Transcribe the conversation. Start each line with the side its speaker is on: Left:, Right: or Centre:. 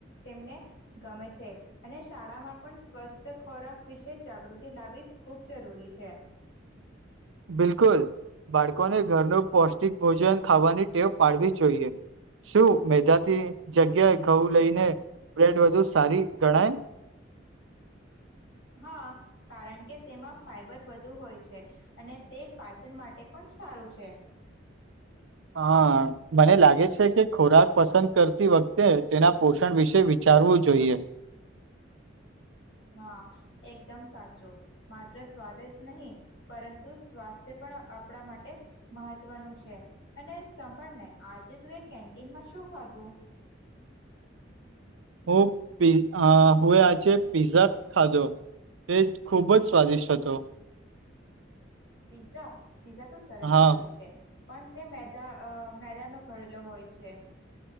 Left: તેમને ગમે છે અને શાળામાં પણ સ્વસ્થ ખોરાક વિશે જાગૃતિ લાવવી ખૂબ જરૂરી છે
Right: બિલકુલ બાળકોને ઘરનો પૌષ્ટિક ભોજન ખાવાની ટેવ પાડવી જોઈએ શું મેદાથી જગ્યાએ ઘઉં લઈ ને બ્રેડ વધુ સારી ગણાય
Left: હા કારણ કે તેમાં ફાઈબર વધુ હોય છે અને તે પાચન માટે પણ સારું છે
Right: <inaudible> હા મને લાગે છે કે ખોરાક પસંદ કરતી વખતે તેના પોષણ વિશે વિચારવું જોઈએ
Left: હા એકદમ સાચું માત્ર સ્વાદ જ નહીં પરંતુ સ્વાસ્થ્ય પણ આપણા માટે મહત્વનું છે અને સાંભળને આજે તું એ કેન્ટીનમાં શું સુ ખાધુ
Right: <inaudible> હુ પી અ હોયે આજે પિઝ્ઝા ખાધો તે જ ખૂબ જ સ્વાદિષ્ટ હતો.
Left: પિઝા પીઝા તો સરસ
Right: હા
Left: લાગે છે. પણ તે મેદા અ મેદાનો ઘડેલો હોય છે‌.